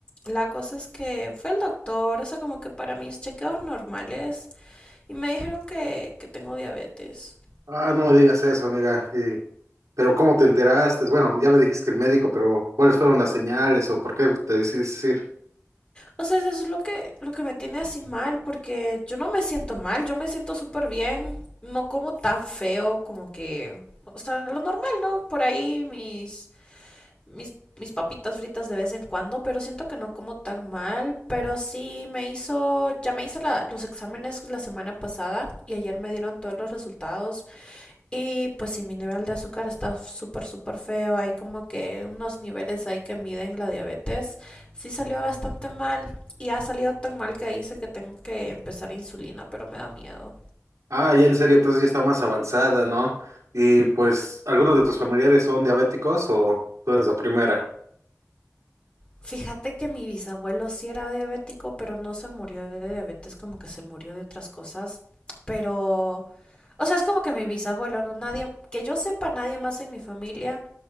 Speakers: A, on the left; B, on the right.
A: La cosa es que fui al doctor, o sea, como que para mis chequeos normales, y me dijeron que, que tengo diabetes.
B: Ah, no me digas eso, amiga. Y- pero ¿cómo te enteraste? Bueno, ya me dijiste que el médico, pero ¿cuáles fueron las señales o por qué te decidiste ir?
A: O sea, eso es lo que, lo que me tiene así mal, porque yo no me siento mal, yo me siento súper bien, no como tan feo como que, o sea, lo normal, ¿no? Por ahí mis mis, mis papitas fritas de vez en cuando, pero siento que no como tan mal. Pero sí me hizo, ya me hice la- los exámenes la semana pasada y ayer me dieron todos los resultados. Y pues sí, mi nivel de azúcar está súper, súper feo. Hay como que unos niveles ahí que miden la diabetes. Sí salió bastante mal y ha salido tan mal que dice que tengo que empezar insulina, pero me da miedo.
B: Ah, ya en serio, entonces ya está más avanzada, ¿no? Y pues, ¿algunos
A: Ujú.
B: de tus familiares son diabéticos o tú eres la primera?
A: Fíjate que mi bisabuelo sí era diabético, pero no se murió de diabetes, como que se murió de otras cosas. Pero, o sea, es como que mi bisabuelo, no nadie, que yo sepa nadie más en mi familia,